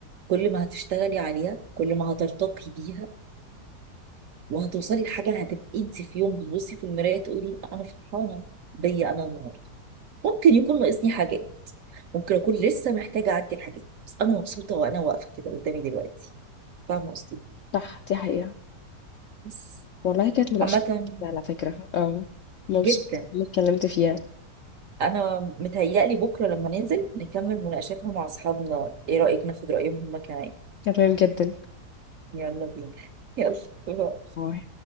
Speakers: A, on the right; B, on the left.
A: كل ما هتشتغلي عليها كل ما هترتقي بيها وهتوصلي لحاجه هتبقي انت في يوم بتبصي في المرايه تقولي انا فرحانه بيا انا النهارده ممكن يكون ناقصني حاجات ممكن اكون لسه محتاجه اعدي الحاجات بس انا مبسوطه وانا واقفه كده قدامي دلوقتي فاهمه قصدي
B: صح دي حقيقه
A: بس
B: والله كانت مناقشه
A: عامه
B: على فكره اه مبسوطه
A: جدا
B: اني اتكلمت فيها
A: انا متهيألي بكره لما ننزل نكمل مناقشاتها مع اصحابنا ايه رايك ناخد رايهم هما كمان
B: تمام جدا
A: يلا بينا <laughs> يلا باي.
B: باي.